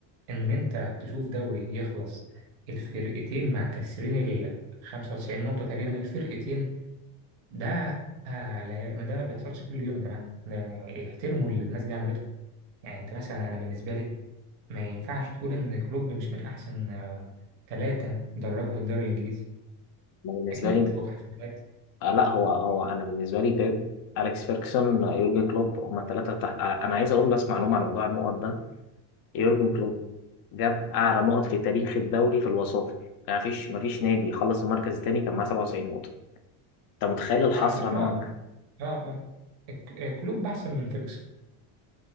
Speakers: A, on the right; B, on the left.
A: ان انت تشوف دوري يخلص الفرقتين مع ال 95 نقطة تقريبا الفرقتين ده لا- ده ما بيحصلش كل يوم يا جماعة ده احترموا اللي الناس دي عملته يعني انت مثلا انا بالنسبه لي ما ينفعش تقول ان كلوب مش من احسن آه، ثلاثه دربوا في الدوري الانجليزي
B: أنا بالنسبه
A: اكيد
B: لي
A: هو في احسن ثلاثه
B: آه لا هو هو انا بالنسبه لي بيب اليكس فيركسون آه، يورجن كلوب هم الثلاثه تحت آه، انا عايز اقول بس معلومه عن موضوع النقط ده يورجن كلوب جاب اعلى نقط في تاريخ الدوري في الوصافه ما فيش ما فيش نادي خلص المركز الثاني كان معاه 97 نقطه انت متخيل الحسره
A: وعلى فكره
B: نوعا ما
A: اه اه ك- آه، كلوب احسن من فيرجسون